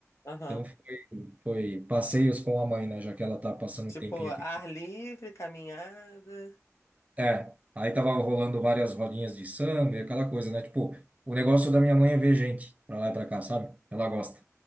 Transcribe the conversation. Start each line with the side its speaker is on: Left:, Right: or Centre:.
Left: aham.
Right: Então foi, foi passeios com a mãe, né? Já que ela tá passando
Left: Tipo,
Right: um tempinho
Left: ar
Right: aqui.
Left: livre, caminhada.
Right: É, aí tava rolando várias rodinhas de samba e aquela coisa, né? Tipo, o negócio da minha mãe é ver gente pra lá e pra cá, sabe? Ela gosta.